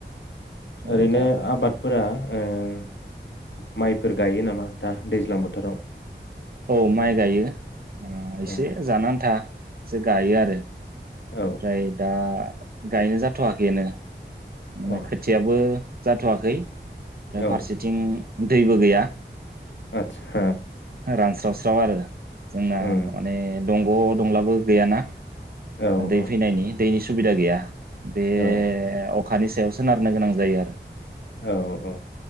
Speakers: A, on the right; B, on the left.
A: ओमफ्राय
B: ओरैनो
A: दा
B: आबाद फोरा ओ माइफोर गायो नामा दा दैज्लां बोथोराव
A: औ माइ गायो एसे
B: अ
A: ओ जानो आन्था। एसे गायो आरो।
B: औ
A: ओमफ्राय दा गायनो जाथ'वाखैनो माने
B: औ
A: खोथियाबो जाथ'वाखै ओमफ्राय
B: औ
A: फारसेथिं दैबो गैया।
B: आतसा।
A: रानस्राव स <unintelligible> जोंना
B: उम
A: माने दंग' दंब्लाबो गैयाना।
B: औ
A: दै
B: औ
A: फैनायनि दैनि सुबुबिदा गैया। बे
B: औ
A: अखानि सायावसो नारनो गोनां जायो आरो
B: औ औ